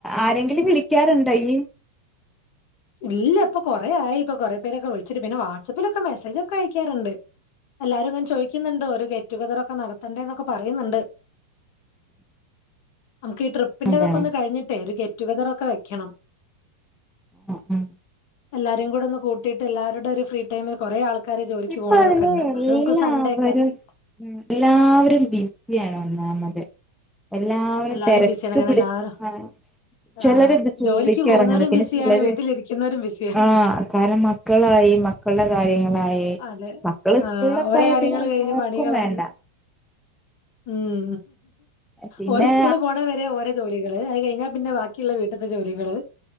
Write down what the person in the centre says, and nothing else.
ആരെങ്കിലും വിളിക്ക്യാറുണ്ടയ്യ്.
അതെ
<inaudible>
ഇപ്പൊ
അതിന്
എല്ലാവരും
എല്ലാവരും ബിസിയാണ് ഒന്നാമത്. എല്ലാവരും
തെരക്ക്
പിടിച്ച്
ആ ചെലര്ന്ത്
ജോളിക്ക്യെറങ്ണ്
പിന്നെ
ചെലര്
ആഹ്. കാരണം മക്കളായി മക്കൾടെ കാര്യങ്ങളായി.
മക്കള്
സ്കൂളിലൊക്കെ
ആയാൽ
പിന്നെ
നോക്കും
വേണ്ട
പിന്നെ